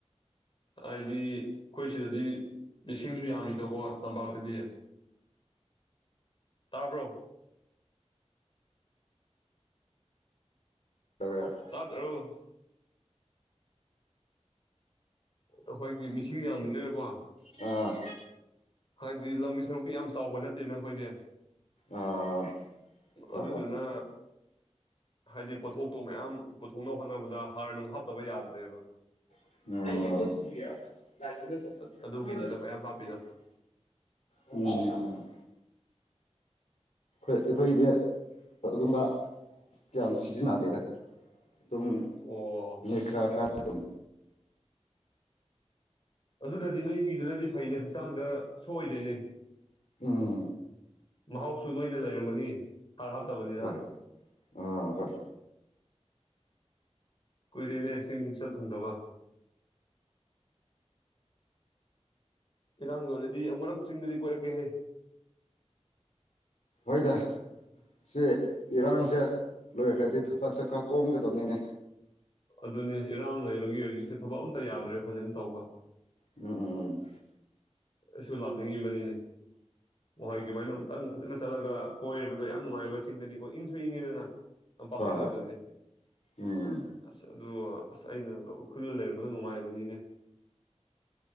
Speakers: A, on the left (about 45°); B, on the left (about 75°).
A: ꯍꯥꯏꯗꯤ ꯑꯩꯈꯣꯏ ꯁꯤꯗꯗꯤ ꯃꯤꯁꯤꯡꯁꯨ ꯌꯥꯝꯃꯤꯗꯣꯀꯣ ꯇꯝꯄꯥꯛꯇꯗꯤ
B: ꯑ <inaudible>
A: ꯇꯥꯕ꯭ꯔꯣ
B: ꯇꯧꯔꯦ
A: ꯇꯥꯗ꯭ꯔꯣ ꯑꯩꯈꯣꯏꯒꯤ ꯃꯤꯁꯤꯡ ꯌꯥꯝꯕꯅꯤꯅꯀꯣ
B: ꯑ
A: ꯍꯥꯏꯗꯤ ꯂꯝꯒꯤ ꯁꯔꯨꯛꯇꯤ ꯌꯥꯝ ꯆꯥꯎꯕ ꯅꯠꯇꯦꯅ ꯑꯈꯣꯏꯗꯤ
B: ꯑꯥ ꯍꯣꯏ
A: ꯑꯗꯨꯗꯨꯅ ꯍꯥꯏꯗꯤ ꯄꯣꯠꯊꯣꯛꯇꯣ ꯃꯌꯥꯝ ꯄꯨꯊꯣꯛꯅꯕ ꯍꯣꯠꯅꯕꯗ ꯍꯥꯔ ꯅꯨꯡ ꯍꯥꯞꯇꯕ ꯌꯥꯗ꯭ꯔꯦꯕ
B: ꯑ
A: ꯑꯗꯨꯒꯤꯅꯤꯗ ꯃꯌꯥꯝ ꯍꯥꯞꯄꯤꯗꯣ
B: ꯎꯝ ꯑꯩꯈꯣꯏꯗꯤ ꯑꯗꯨꯝꯕ ꯀꯌꯥꯝ ꯁꯤꯖꯤꯟꯅꯗꯦꯗ ꯑꯗꯨꯝ
A: ꯑꯣ
B: ꯅꯣꯏ ꯈꯔꯥ ꯈꯔ ꯑꯗꯨꯝ
A: ꯑꯗꯨꯅꯗꯤ ꯅꯣꯏꯒꯤꯗꯨꯅꯗꯤ ꯐꯩꯅꯦ ꯍꯛꯆꯥꯡꯗ ꯁꯣꯛꯏꯗꯣꯏꯅꯦ
B: ꯎꯝ
A: ꯃꯍꯥꯎꯁꯨ ꯅꯣꯏꯅ ꯂꯩꯔꯝꯒꯅꯤ ꯍꯥꯔ ꯍꯥꯞꯇꯕꯅꯤꯅ
B: ꯍꯣꯏ ꯑꯥ ꯍꯣꯏ
A: ꯀꯨꯏꯔꯦꯅꯦ ꯆꯤꯡ ꯆꯠ ꯐꯪꯗꯕ ꯏꯔꯥꯡ ꯂꯣꯏꯗꯤ ꯑꯃꯨꯔꯛ ꯆꯤꯡꯗꯗꯤ ꯀꯣꯏꯔꯛꯀꯦꯍꯦ
B: ꯍꯣꯏꯗ ꯁꯤ ꯏꯔꯥꯡꯁꯦ ꯂꯣꯏꯈ꯭ꯔꯗꯤ ꯊꯕꯛꯁꯦ ꯈꯔ ꯀꯣꯝꯒꯗꯧꯅꯤꯅꯦ
A: ꯑꯗꯨꯅꯦ ꯏꯔꯥꯡ ꯂꯩꯕꯒꯤ ꯍꯧꯖꯤꯛꯁꯦ ꯊꯕꯛ ꯑꯝꯇ ꯌꯥꯗ꯭ꯔꯦ ꯐꯖꯅ ꯇꯧꯕ
B: ꯎꯝ ꯎꯝ ꯎꯝ
A: ꯑꯩꯁꯨ ꯂꯥꯛꯅꯤꯡꯉꯤꯕꯅꯤꯅꯦ ꯋꯥꯏꯒꯤꯃꯥꯏꯅ ꯑꯃꯨꯛꯇꯪ ꯐꯖꯅ ꯆꯠꯂꯒ ꯀꯣꯏꯔꯕꯗꯣ ꯌꯥꯝ ꯅꯨꯡꯉꯥꯏꯕ ꯆꯤꯡꯗꯗꯤꯀꯣ ꯏꯪꯁꯨ ꯏꯪꯉꯤꯗꯅ ꯇꯝꯄꯥꯛ
B: ꯍꯣꯏ ꯍꯣꯏ
A: <unintelligible>
B: ꯎꯝ
A: ꯑꯁ ꯑꯗꯨ ꯑꯁ ꯑꯩꯅꯒ ꯎꯈ꯭ꯔꯨꯜ ꯂꯩꯔꯝꯕꯗꯣ ꯅꯨꯡꯉꯥꯏꯕꯅꯤꯅꯦ